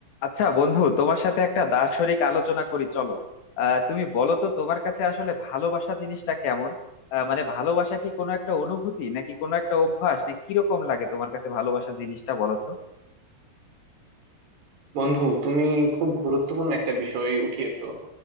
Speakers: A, on the left (about 75°); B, on the right (about 70°).
A: আচ্ছা বন্ধু তোমার সাথে একটা দার্শনিক আলোচনা করি চলো আহ তুমি বলো তো তোমার কাছে আসলে ভালোবাসা জিনিসটা কেমন আহ, মানে ভালোবাসা কি কোনো একটা অনুভূতি নাকি কোনো একটা অভ্যাস নাকি কিরকম লাগে তোমার কাছে ভালোবাসা জিনিসটা বলো তো
B: বন্ধু তুমি খুব গুরুত্বপূর্ণ একটা বিষয় উঠিয়েছো